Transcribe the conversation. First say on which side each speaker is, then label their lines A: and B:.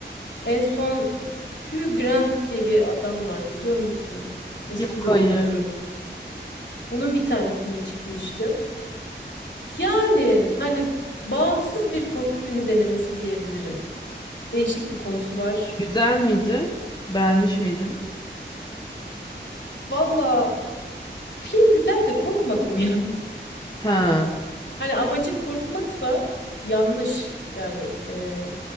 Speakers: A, on the left (about 70°); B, on the left (about 25°).
A: En son Hugh Grant diye bir adam var biliyor musun? Eski
B: Yok
A: bir oyuncu.
B: hayır.
A: Onun bir tane filmi çıkmıştı. Yani hani bağımsız bir korku filmi denemesi diyebilirim. Değişik bir konusu var.
B: Güzel miydi? Beğenmiş miydin?
A: Valla film güzel de korkmadım yani. <laughs>
B: Ha,
A: Hani amacın korkmaksa yanlış. Yani e,